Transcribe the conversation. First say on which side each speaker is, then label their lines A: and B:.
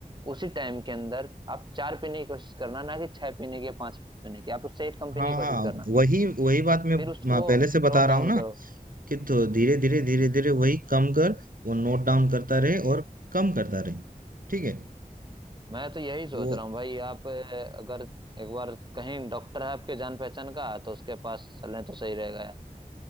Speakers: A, on the right; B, on the right.
A: उसी टाइम के अंदर आप चार पीने की कोशिश करना ना कि छह पीने की या पांच पीने की आप उससे एक कम पीने
B: हाँ
A: की
B: हाँ
A: कोशिश करना
B: वही वही बात मैं
A: फिर उसको
B: मैं पहले से बता
A: नोट
B: रहा
A: डाउन
B: हूँ ना
A: करो
B: कि तो धीरे धीरे धीरे धीरे वही कम कर वो नोट डाउन करता रहे और कम करता रहे ठीक है
A: मैं तो यही सोच
B: वो
A: रहा हूँ भाई आप अ, अगर एक बार कहीं डॉक्टर है आपके जान पहचान का तो उसके पास चलें तो सही रहेगा यार